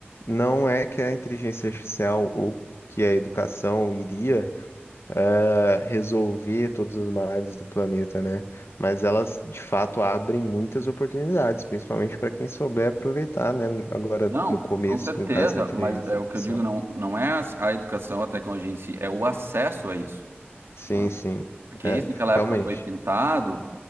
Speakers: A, on the left; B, on the right.
A: Não é que a inteligência artificial ou que a educação iria ah, resolver todos os males do planeta, né? Mas elas, de fato, abrem muitas oportunidades, principalmente para quem souber aproveitar, né? Agora,
B: Não,
A: no começo,
B: com certeza,
A: no caso da inteligência
B: mas é
A: artificial.
B: o que eu digo não, não é as- a educação, a tecnologia em si, é o acesso a isso,
A: Sim,
B: né?
A: sim.
B: Porque
A: É,
B: isso naquela
A: realmente.
B: época foi pintado